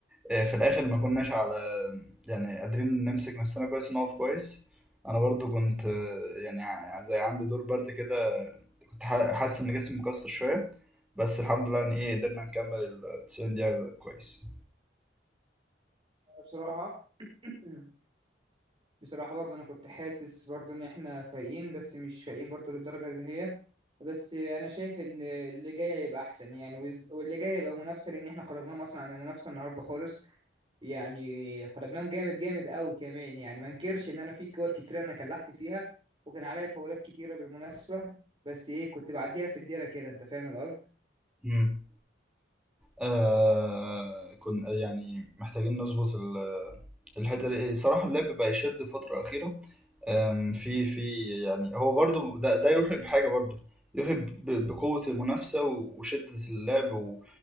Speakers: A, in the centre; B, on the right (about 30°).
A: آه، في الاخر ما كناش على يعني قادرين نمسك نفسنا كويس ونقف كويس انا برضو كنت يعني ع- زي عندي دور برد كده كنت ح- حاسس ان جسمي مكسر شويه بس الحمد لله ان ايه قدرنا نكمل ال 90 دقيقه كويس
B: بصراحه <clears throat> بصراحة برضه أنا كنت حاسس برضه إن إحنا فايقين بس مش فايقين برضه للدرجة اللي هي بس أنا شايف إن اللي جاي هيبقى أحسن يعني وز- واللي جاي هيبقى منافسة لأن إحنا خرجناهم أصلا عن المنافسة النهاردة خالص يعني خرجناهم جامد جامد أوي كمان يعني ما انكرش إن أنا في كور كتير أنا كلحت فيها وكان عليا فاولات كتيرة بالمناسبة بس إيه كنت بعديها في الديرة كده أنت فاهم القصد
A: امم آه كنا يعني محتاجين نظبط ال- الحته دي إيه، صراحه اللعب بقى يشد الفتره الاخيره آم، في في يعني هو برضو ده ده يوحي بحاجة برضو يوحي ب- بقوة المنافسة و- وشدة اللعب و-